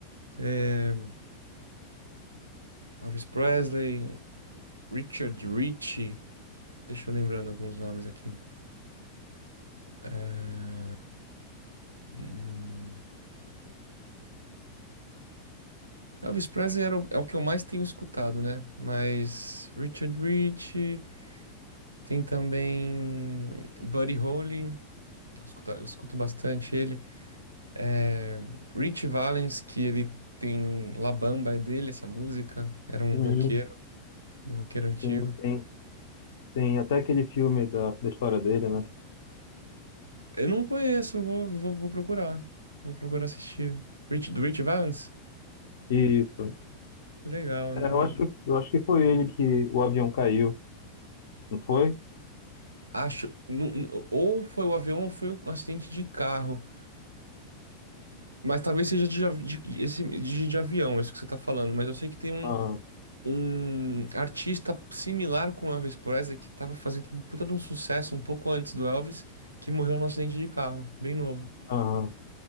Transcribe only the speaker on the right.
É, Elvis Presley, Richard Rich. Deixa eu lembrando alguns nomes aqui. É, hum, Elvis Presley era o- é o que eu mais tenho escutado, né? Mas Richard Rich, tem também Buddy Holly, eu escuta- eu escuto bastante ele. É, Rich Valens, que ele tem La Bamba, é dele essa música. Era um
roqueiro, um roqueiro antigo.
Eu não conheço, vou, vou, vou procurar. Vou procurar assistir. Rich, do Rich Valens?
Legal, não
é-
Acho. nu- nu- ou foi o avião ou foi um acidente de carro. Mas talvez seja de, av- de, de- esse, de, de avião, é isso que você tá falando. Mas eu sei que tem um,
um artista similar com o Elvis Presley que tava fazendo um puta de um sucesso um pouco antes do Elvis, que morreu num acidente de carro, bem novo.